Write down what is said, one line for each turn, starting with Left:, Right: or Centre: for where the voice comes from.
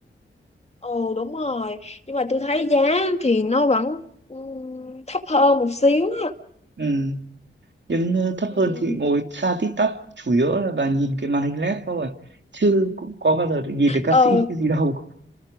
Left: ừ đúng rồi nhưng mà tôi thấy giá thì nó vẫn ừm, thấp hơn một xíu á.
Right: ừ nhưng ờ, thấp
Left: ừ.
Right: hơn thì ngồi xa tít tắp chủ yếu là bà nhìn cái màn hình led thôi chứ cũng có bao giờ được nhìn được ca
Left: ờ
Right: sĩ gì đâu